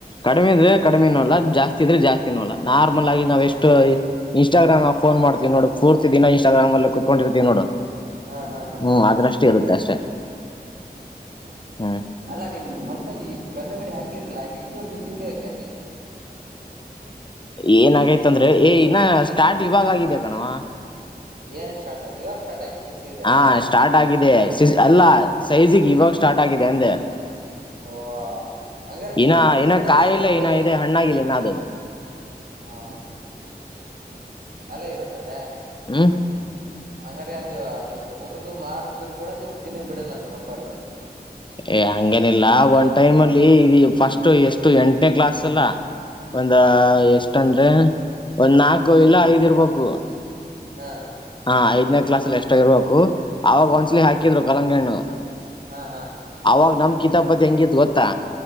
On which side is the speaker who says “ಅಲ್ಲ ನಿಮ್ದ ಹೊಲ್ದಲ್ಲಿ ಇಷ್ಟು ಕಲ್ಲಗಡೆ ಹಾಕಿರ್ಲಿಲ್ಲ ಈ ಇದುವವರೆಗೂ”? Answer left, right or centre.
Right